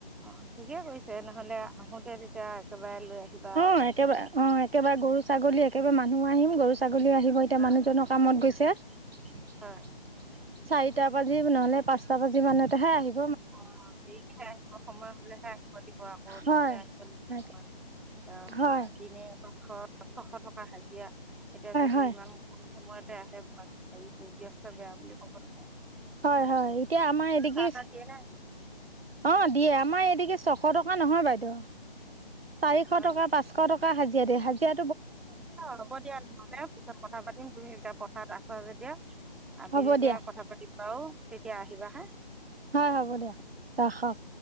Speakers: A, in the centre; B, on the right (about 75°).
A: অ ঠিকে কৈছে নহলে আহোতে তেতিয়া <unintelligible> আহিবা
B: অ একেবাৰে, অ একেবাৰে গৰু, ছাগলী একেবাৰে মানুহো আহিম গৰু, ছাগলী আহিব এতিয়া
A: হয়
B: মানুহজনৰ কামত গৈছে। <inaudible> চাৰিটা
A: হয়
B: বাজি নহলে পাঁচটা বাজি মানতে হে আহিব। <unintelligible>
A: অ সকেই আহিব সময় হলেহে। কৰা আকৌ ন
B: হয়
A: আহ এতিয়া
B: হয় হয়
A: মানে দিনে শ ছশ টকা হাজিৰা এতিয়া যদি
B: হয়
A: ইমান কম সময়তে আহে হেৰিত ব্যস্ত বেয়া বুলি ক'ব নোৱাৰো।
B: হয় হয় এতিয়া আমাৰ এদিগি
A: তাহ দিয়ে নে
B: অ দিয়ে আমাৰ এদিগি চ এশ টকা নহয় বাইদেউ চাৰিশ
A: হয়
B: টকা
A: নেকি
B: পাঁচশ টকা হাজিৰা দিয় হাজিৰা।
A: হ'ব দিয়া নহ'লে পিছত কথা পাতিম তুমি যেতিয়া পথাত আছা যেতিয়া আবেলিকে
B: হ'ব দিয়া
A: কথা পাতিম বাও তেতিয়া আহিবা হা।
B: হয় হ'ব দিয়ক ৰাখক।